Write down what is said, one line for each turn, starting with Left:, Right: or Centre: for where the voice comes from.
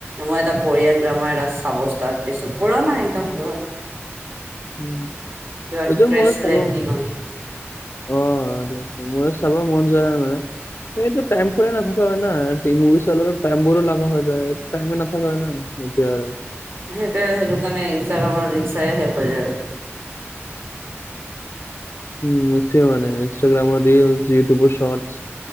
Right: মই এটা কোৰিয়ান ড্ৰামাৰ এটা চাব ষ্টাৰ্ত দিছো, পুৰণা একদম পুৰণা।
Left: উম
Right: কিবা
Left: এইটো
Right: ক্ৰেছলেণ্ডিং
Left: মনত খাব <inaudible> <unintelligible>
Right: অন ইউ
Left: অ, দ ময় চাব মন যায় মানে সেইটো টাইম পুৰা নাথাকা হয় না, টি মুভি চালৰে টাইমবোৰো লাগা হৈ যায়। টাইমে নাথাকে হয় ন এতিয়া আৰু।
Right: সেইটোই সেইটো কাৰণে ইনষ্টাগ্ৰামৰ ৰিল চাই শেষ হৈ যায় আৰু।
Left: উম এইটোৱে মানে ইনষ্টাগ্ৰামৰ ৰিলচ, ইউটিউবৰ শৰ্টচ